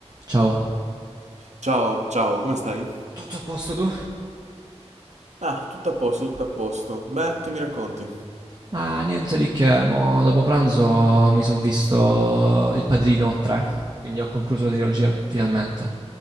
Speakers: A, on the right (about 35°); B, on the right (about 80°).
A: Ciao.
B: Ciao, ciao, come stai?
A: Tutto a posto tu?
B: Ah, tutto a posto, tutto a posto. Beh, che mi racconti?
A: Ma niente di che, mo dopo pranzo mi sono visto Il Padrino 3, quindi ho concluso la trilogia finalmente.